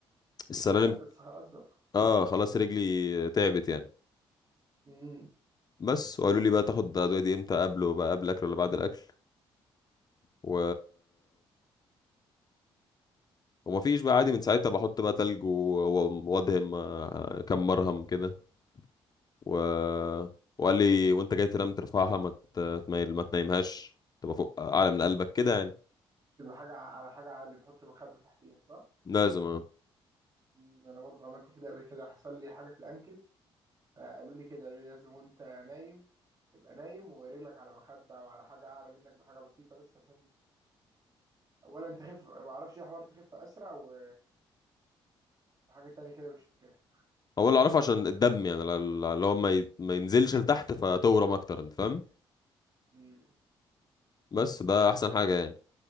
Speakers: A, on the left; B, on the right.
A: السلالم
B: ده بس خلاص بقى
A: اه خلاص رجلي تعبت يعني
B: مم.
A: بس وقالوا لي بقى تاخد ادويه دي امتى قبله بقى قبل الاكل ولا بعد الاكل و ومفيش بقى عادي من ساعتها بحط بقى تلج و- و- وادهم آه، كم مرهم كده و... وقال لي وانت جاي تنام ترفعها ما ت- تميل ما تنامهاش تبقى فوق اعلى من قلبك كده يعني
B: تبقى حاجة ع- على حاجة عالية تحط مخدة تحتيها صح؟
A: لازم آه.
B: مم. أنا برضو عملت كده قبل كده حصل لي حاجة في الأنكل فقالوا لي كده قالوا لي لازم وأنت نايم تبقى نايم ورجلك على مخدة أو على حاجة أعلى منك بحاجة بسيطة بس عشان أولا تخف معرفش إيه حوار تخف أسرع و... وحاجة تانية كده مش فاكرها
A: هو اللي اعرفه عشان الدم يعني ل- ل- اللي هو ما, ي... ما ينزلش لتحت فتورم اكتر انت فاهم
B: مم.
A: بس ده احسن حاجه يعني